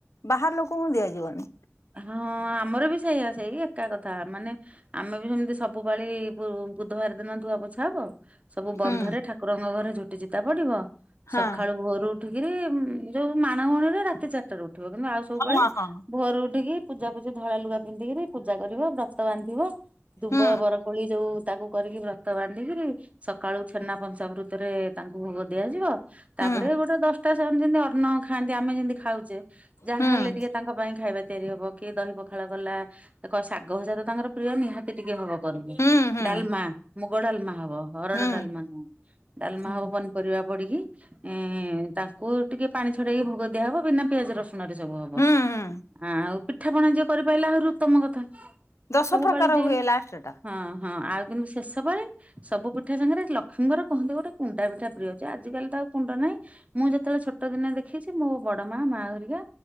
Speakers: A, on the left; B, on the right.
A: ବାହାର ଲୋକଙ୍କୁ ଦିଆଯିବନି।
B: ହଁ ଆମର ବି ସେଇଆ ସେଇ ଏକା କ ଥା ମାନେ ଆମେ ବି ସେମତି ସବୁ ପାଳି ବୁ-ବୁଧବାର ଦିନ ଧୁଆ ପୋଛା ହବ। ସବୁ ବନ୍ଧରେ
A: ହୁଁ
B: ଠାକୁରଙ୍କ ଘରେ ଝୁଟି ଚିତା ପଡିବ
A: ହଁ
B: ସଖାଳୁ ଭୋରୁ ଉଠିକିରି ଯୋଉ ମାଣ ଗୌଣିରେ ରାତି ଚାରିଟାରୁ ଉଠିବ କିନ୍ତୁ ଆଉ ସବୁ
A: ହଁ
B: ପାଳି
A: ହଁ
B: ଭୋରୁ ଉଠିକି ପୂଜା ପୂଜି ଧଳା ଲୁଗା ପିନ୍ଧିକିରି ପୂଜା କରିବ ବ୍ରତ ବାନ୍ଧିବ ଦୁବ
A: ହୁଁ
B: ବରକୋଳି ଯୋଉ ତାକୁ କରିକି ବ୍ରତ ବାନ୍ଧିକିରି ସକାଳୁ ଛେନା ପଞ୍ଚାମୃତରେ ତାଙ୍କୁ ଭୋଗ ଦିଆଯିବ।
A: ହୁଁ
B: ତାପରେ ଗୋଟେ ଦଶଟା ସେ ଯେନ୍ତି ଅର୍ଣ୍ଣ ଖାଆନ୍ତି ଆମେ ଯେନ୍ତି ଖାଉ ଚେ ଯାହା
A: ହୁଁ।
B: ହେଲେ ଟିକେ ତାଙ୍କ ପାଇଁ ଖାଇବା ତିଆରି ହବ କିଏ ଦହି ପଖାଳ କଲା ଦେଖ ଶାଗ ଭଜା ତ ତାଙ୍କର ପ୍ରିୟ ନିହାତି ଟିକେ ହବ। କରିବେ
A: ହୁଁ ହୁଁ
B: ଡାଲମା ମୁଗ ଡାଲମା ହବ ହରଡ
A: ହୁଁ
B: ଡାଲମା ନୁହଁ ଡାଲମା
A: ହୁଁ
B: ହବ ପ ପରିବା ପଡିକି ଏଁ ତାଙ୍କୁ ଟିକେ ପାଣି ଛଡେଇକି ଭୋଗ ଦିଆହବ ବିନା ପିଆଜ ରସୁ ନରେ ସବୁ ହବ
A: ହୁଁ ହୁଁ
B: ଆ ଆଉ ପିଠା ପଣା ଯିଏ କରିପାଇଲା ଆହୁରି ଉତ୍ତମ କଥା।
A: ଦଶ
B: ସବୁ
A: ପ୍ରକାର
B: ପାଳି ଯେ
A: ହୁଏ ଲାଷ୍ଟ ଟା।
B: ହଁ ହଁ ଆଉ କିନ୍ତୁ ଶେଷ ପାଳି ସବୁ ପିଠା ସାଙ୍ଗେରେ ଲକ୍ଷ୍ମୀଙ୍କର କହନ୍ତି ଗୋଟେ କୁଣ୍ଡା ପିଠା ପ୍ରିୟ ଅଛି ଆଜିକାଲି ତ ଆଉ କୁଣ୍ଡା ନାହିଁ। ମୁଁ ଯେତବେଳେ ଛୋଟ ଦିନେ ଦେଖିଛି ମୋ ବଡ ମା ମା ହରିକା